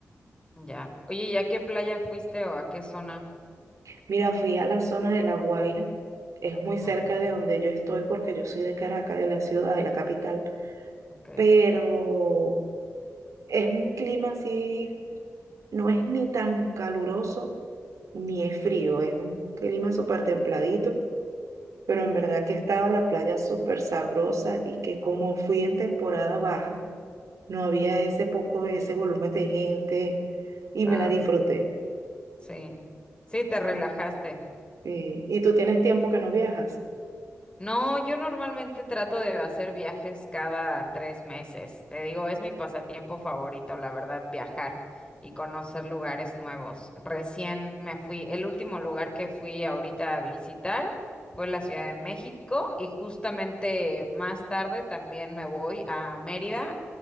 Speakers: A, on the left; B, on the right.
A: Ya. Oye, ¿y a qué playa fuiste o a qué zona?
B: Mira, fui a la zona de La Guaira. Es muy cerca
A: Ok,
B: de donde yo estoy porque yo soy de Caracas, de la ciudad, de la capital.
A: ok,
B: Pero es un clima así, no es ni tan caluroso ni es frío. Es un clima súper templadito pero en verdad que estaba la playa súper sabrosa y que como fui en temporada baja, no había ese poco, ese volumen de gente y
A: claro.
B: me la disfruté.
A: Sí. Sí, te relajaste.
B: Mm, Y, y tú tienes tiempo que no viajas.
A: No, yo normalmente trato de hacer viajes cada tres meses. Te digo, es mi pasatiempo favorito, la verdad, viajar y conocer lugares nuevos. Recién me fui, el último lugar que fui ahorita a visitar fue la Ciudad de México y justamente más tarde también me voy a Mérida,